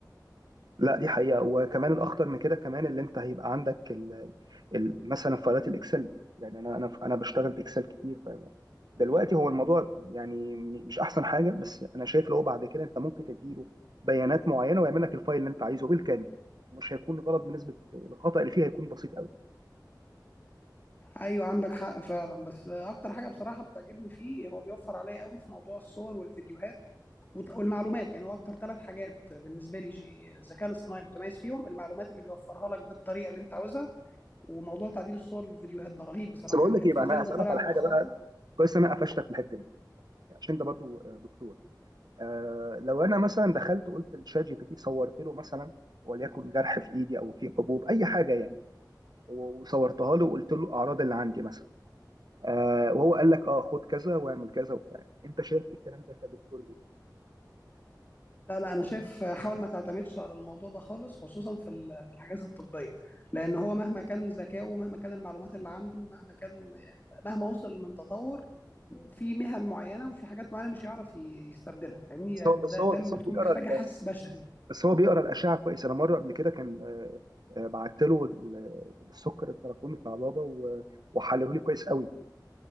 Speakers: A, on the right (about 65°); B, on the left (about 25°).
A: لا دي حقيقة وكمان الأخطر من كده كمان اللي أنت هيبقى عندك ال ال مثلا فايلات الإكسل يعني أنا أنا أنا بشتغل بإكسل كتير ف دلوقتي هو الموضوع يعني مش أحسن حاجة بس أنا شايف لو بعد كده أنت ممكن تديله بيانات معينة ويعمل لك الفايل اللي أنت عايزه بالكامل مش هيكون غلط بنسبة الخطأ اللي فيه هيكون بسيط قوي
B: ايوه عندك حق فعلا بس اكتر حاجه بصراحه بتعجبني فيه هو بيوفر عليا قوي في موضوع الصور والفيديوهات وت- والمعلومات يعني هو اكتر ثلاث حاجات بالنسبه لي جي- الذكاء الاصطناعي متميز فيهم المعلومات اللي بيوفرها لك بالطريقه اللي انت عاوزها وموضوع تعديل الصور والفيديوهات ده رهيب بصراحه
A: بس بقول
B: يعني
A: لك
B: كان
A: إيه
B: في
A: بقى
B: ترند
A: أنا هسألك
B: طالع
A: على
B: مؤخرا
A: حاجة بقى كويس إن أنا قفشتك في الحتة دي عشان أنت برضو آه، دكتور آه، لو انا مثلا دخلت قلت لشات جي بي تي صورت له مثلا وليكن جرح في ايدي او في حبوب اي حاجه يعني و- وصورتها له وقلت له الاعراض اللي عندي مثلا آه وهو قال لك اه خد كذا واعمل كذا وبتاع انت شايف الكلام ده كدكتور ايه
B: لا لا انا شايف حاول ما تعتمدش على الموضوع ده خالص خصوصا في ال- في الحاجات الطبيه لان هو مهما كان ذكائه مهما كان المعلومات اللي عنده مهما كان يعني مهما وصل من تطور في مهن معينه وفي حاجات معينه مش هيعرف ي- يستبدلها فاهمني
A: بس
B: يعني
A: هو بس
B: ده
A: هو
B: ده
A: بس
B: بتكون
A: هو بيقرا
B: محتاجه
A: ال-
B: حس بشري
A: بس هو بيقرا الاشعه كويس انا مره قبل كده كان آه آه، بعت له ال- السكر التراكمي بتاع بابا و- وحلله لي كويس قوي